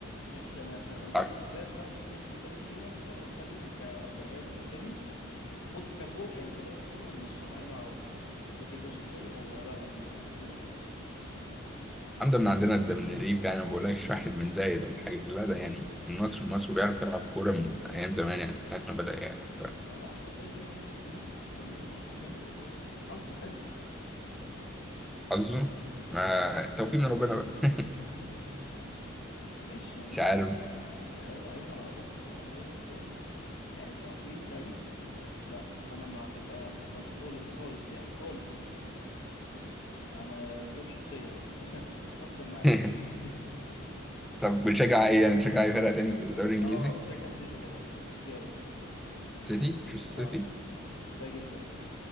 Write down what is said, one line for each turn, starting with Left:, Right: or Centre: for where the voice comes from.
Left: بص يعني عشان قصدي
Centre: العق-
Left: اسباب بقى ممكن احنا نختلف فيها بس انا بتكلم كبني ادم قدامي بص ككوره يعني كلاعب كوره ماشي هو عيني مع راسي لكن كشخصيه هو لا انا ما بتقبلوش خالص
Centre: الحمد من عندنا ده من الريف يعني ما بقولكش واحد من زايد ولا حاجه لا ده يعني النصر المصري بيعرف يلعب كوره من ايام زمان يعني من ساعه ما بدا يعني
Left: اه لا هو كده كده في ناس في ناس احسن منه واحف منه بس هو حظه حلو
Centre: فحظه ما
Left: اه
Centre: توفيق من ربنا بقى <laughs>
Left: ماشي يعني
Centre: مش
Left: ما قلتش
Centre: عارف
Left: حاجه عينه عيني وعلى راسي بس انا بقول لك هو يعني كعقليه لعيب لا انا ما احب انا ما بحبهاش خالص خالص يعني خالص اما اسباب شخصيه بقى <laughs> بخصم معاه
Centre: <laughs>
Left: <laughs>
Centre: طب بتشجع ايه يعني بتشجع اي فرقه تاني في الدوري الانجليزي
Left: اه بشجع السيتي طبعا بحب السيتي قوي
Centre: سيتي مش
Left: اه
Centre: سيتي
Left: بحبها جدا